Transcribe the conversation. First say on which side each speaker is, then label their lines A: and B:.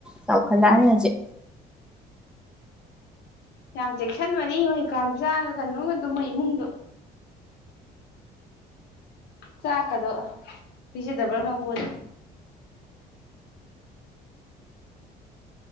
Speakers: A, in the centre; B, on the left.
A: ꯁꯧ ꯈꯗꯅꯤ ꯍꯧꯖꯤꯦ
B: ꯌꯥꯝ ꯆꯦꯛ ꯈꯟꯕꯅꯤ ꯍꯣꯏ ꯀꯥꯝ ꯆꯥꯒ ꯀꯩꯅꯣꯒ ꯑꯗꯨꯝ ꯃꯩꯃꯨꯡꯗꯣ ꯆꯥꯛꯀꯗꯣ ꯄꯤꯖꯗꯕ꯭ꯔꯥ ꯈꯪ ꯄꯣꯅꯤ